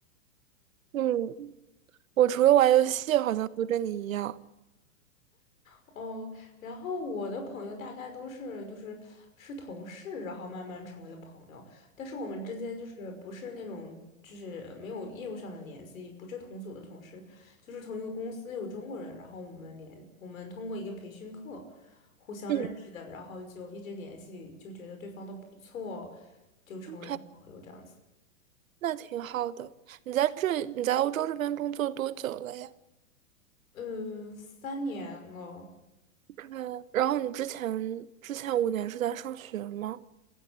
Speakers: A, on the right; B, on the left.
A: 嗯，我除了玩游戏，好像都跟你一样。
B: 哦，然后我的朋友大概都是就是是同事，然后慢慢成为了朋友，但是我们之间就是不是那种就是没有业务上的联系，不是同组的同事，就是同一个公司有中国人，然后我们联我们通过一个培训课互相认识的，
A: 嗯，
B: 然后就一直联系，就觉得对方都不错，就成为了朋友这样子。
A: 还那挺好的。你在这，你在欧洲这边工作多久了呀
B: 嗯，三年了。
A: ？OK，然后你之前之前五年是在上学吗